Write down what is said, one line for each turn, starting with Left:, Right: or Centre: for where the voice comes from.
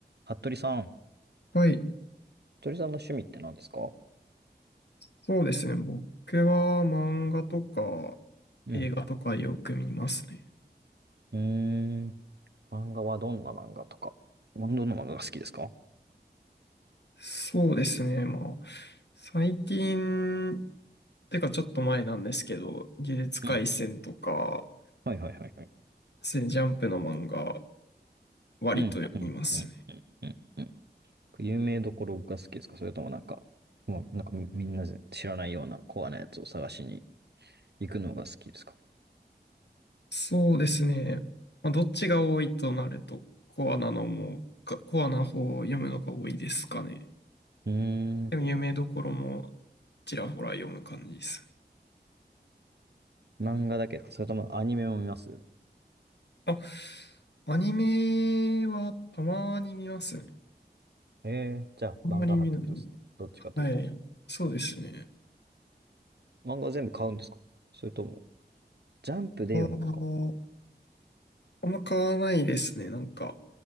Right: 服部さん。
Left: はい、
Right: 鳥さんの趣味って何ですか
Left: そうですね。僕は漫画とか
Right: うん。
Left: 映画とかよく見ますね。
Right: うーん。漫画はどんな漫画とか。どんな漫画が好きですか
Left: そうですね。まあ、最近、てかちょっと前なんですけど、呪術廻戦とか、
Right: うん。はいはいはいはい。
Left: そういうジャンプの漫画、割と読みますね。
Right: うん、うん、うん、うん、うん。うん有名どころが好きですかそれともなんか、もうなんかみみんな知らないようなコアなやつを探しに行くのが好きですか
Left: そうですね。まあ、どっちが多いとなると、コアなのも、かコアな方を読むのが多いですかね。
Right: うー
Left: でも有名どころも
Right: ん。
Left: ちらほら読む感じですね。
Right: 漫画だけですかそれともアニメも見ます
Left: あ、アニメはたまに見ますね。
Right: ええーじゃあ漫画派ってことですね。
Left: あんまり見ない。
Right: どっちかというと。
Left: はい。そうですね。
Right: 漫画全部買うんですかそれとも、ジャンプで読むのか
Left: あーあんま買わないですね。なんか、